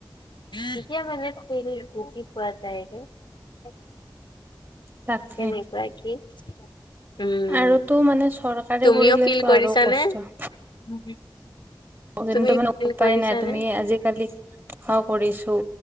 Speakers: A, on the left; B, on the right.
A: এতিয়া মানে একচুৱালী বুজি পোৱা যায় ৰে
B: তাকে
A: কেনেকুৱা কি উম,
B: আৰুটো মানে চৰকাৰে
A: তুমিও
B: কৰিলেটো
A: ফিল কৰিছানে?
B: আৰু কষ্ট।
A: <unintelligible>
B: অ, কিন্তু
A: তুমি
B: মানে
A: ফিল
B: উপায়
A: কৰিছানে?
B: নাই তুমি আজিকালি হা কৰিছোঁ।